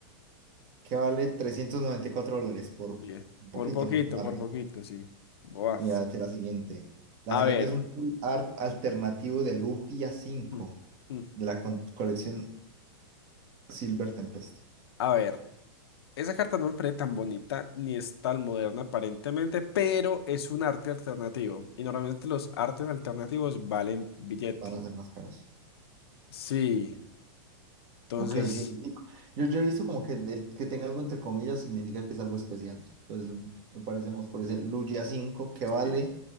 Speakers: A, on the right; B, on the left.
A: Que vale 394 dólares por
B: Bien.
A: un poquito,
B: Por poquito,
A: margen.
B: por poquito, sí. Boaf.
A: Mira, esta es la siguiente. La
B: A
A: siguiente
B: ver.
A: es un full art alternativo de Lugia 5
B: Mm, mm.
A: de la con- colección Silver Tempest.
B: A ver. Esa carta no me parece tan bonita ni es tan moderna aparentemente, pero es un arte alternativo. Y normalmente los artes alternativos valen billete.
A: Van a ser más caros.
B: Sí. Entonces,
A: Ok, sí, sí. Yo, yo he visto como que el que tenga algo entre comillas significa que es algo especial. Entonces, me parece, vamos por ese Lugia 5 que vale
B: sí.